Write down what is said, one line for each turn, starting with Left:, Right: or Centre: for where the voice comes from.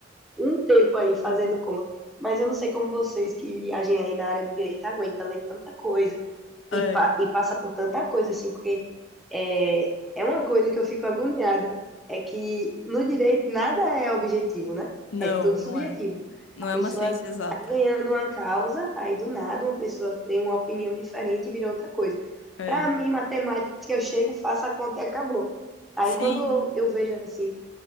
Centre: um tempo aí fazendo conta, mas eu não sei como vocês que agem aí na área do direito aguentam ler tanta coisa,
Left: é,
Centre: e, pa- e passa por tanta coisa, assim, porque é, é uma coisa que eu fico agoniada, é que no direito nada é objetivo, né?
Left: não,
Centre: É tudo
Left: não
Centre: subjetivo.
Left: é. Não
Centre: A
Left: é
Centre: pessoa
Left: uma ciência exata.
Centre: tá ganhando uma causa, aí do nada uma pessoa tem uma opinião diferente e vira outra coisa.
Left: É.
Centre: Para mim, matemática, eu chego, faço a conta e acabou. Aí
Left: Sim,
Centre: quando eu vejo assim